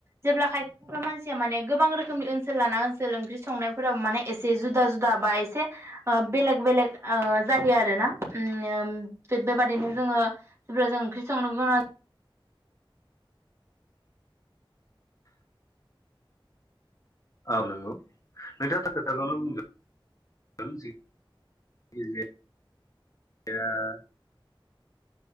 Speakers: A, on the right; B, on the left.
A: जेब्ला खायफा मानसिया माने गोबां रोखोमनि ओनसोल लाना ओनसोल ओंख्रि संनायफोराव माने एसे जुदा। जुदा बा एसे ओ बेलेग बेलेग ओ जायो आरोना बेबादिनो। जोङो जेब्ला जोङो ओंख्रि संनो मोना।
B: औ नंगौ नोंथाङाथ' खोथाखौनो बुंदों। नों <unintelligible>